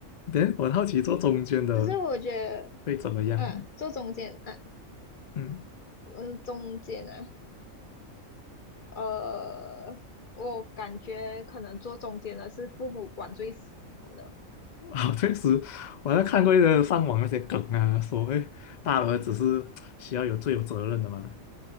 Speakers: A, on the left; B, on the left.
A: 对，我很好奇做中间的
B: 只是我觉得，
A: 会怎么样？
B: 嗯、做中间，啊，
A: 嗯，
B: 我是中间啊，呃，我感觉可能做中间的是父母管最少的
A: 好，确实，我还看过一个上网那些梗啊，所谓大儿子是需要有最有责任的嘛，